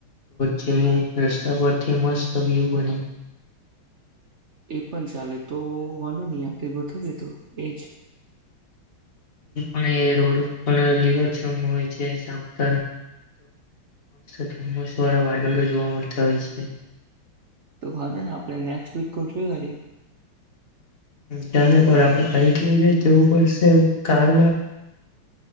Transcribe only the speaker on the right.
એ પણ ચાલે તો વાંધો નહ આપણે ગ થબ તો એજ
તો ખાત ને આપણે નેક્ શક કર છું ગારી